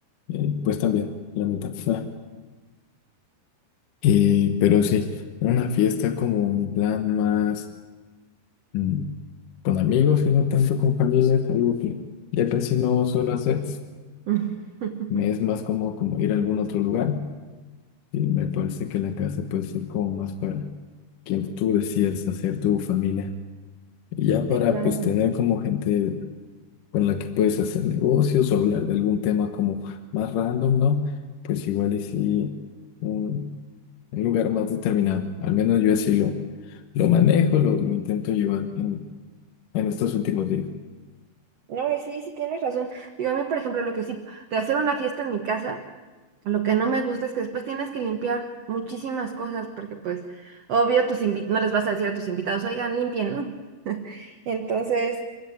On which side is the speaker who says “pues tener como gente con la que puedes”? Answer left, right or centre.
Left